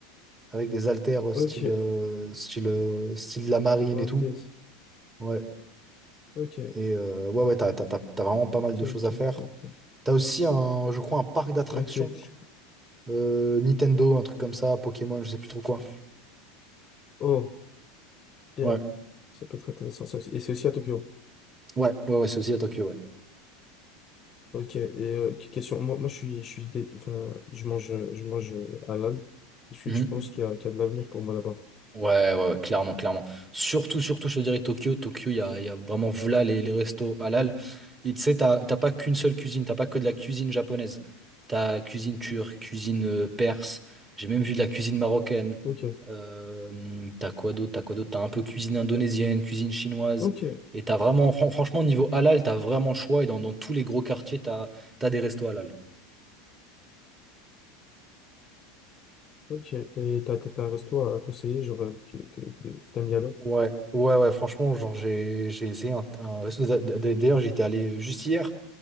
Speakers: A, on the right; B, on the left.
A: avec des haltères euh,
B: ok.
A: style, euh, style, euh, style de la marine
B: One
A: et tout.
B: Piece.
A: Ouais.
B: Ok,
A: Et euh, ouais, ouais, t'as, t'as- t'as- t'as vraiment pas mal
B: ok,
A: de choses
B: ok,
A: à faire.
B: ok.
A: T'as aussi un, je crois, un parc d'attractions
B: Ok, Ok.
A: euh, Nintendo, un truc comme ça, Pokémon, je sais plus trop quoi.
B: oh, bien.
A: Ouais,
B: Ça peut être intéressant ça. aussi. Et c'est aussi à Tokyo.
A: ouais, ouais, ouais, c'est aussi à Tokyo, ouais.
B: Ok, et euh, que- question, moi, moi je suis, je suis dé- enfin, je mange, euh, je mange euh, halal. Est-ce que
A: Mhm.
B: tu penses qu'il y a, qu'il y a de l'avenir pour moi là-bas?
A: Ouais, ouais, ouais, clairement, clairement. Surtout, surtout, je te dirais Tokyo. Tokyo, il y a, il y a vraiment voilà les, les restos halal. Et tu sais, t'as t'as pas qu'une seule cuisine, t'as pas que de la cuisine japonaise. T'as cuisine turque, cuisine euh, perse. J'ai même vu de la cuisine marocaine.
B: Ok,
A: Euh, t'as quoi d'autre? T'as quoi d'autre? T'as un peu cuisine indonésienne, cuisine chinoise.
B: ok,
A: Et t'as vraiment, fran- franchement, niveau halal, t'as vraiment le choix. Et dans, dans tous les gros quartiers, t'as, t'as des restos halal.
B: ok. Et t'as, t'as t'as un resto à à conseiller, genre, euh, que, que, que t'aimes y aller?
A: Ouais, ouais, ouais, franchement, genre, j'ai, j'ai essayé un, un resto. d'a- d'a- D'ailleurs, j'étais allé juste hier.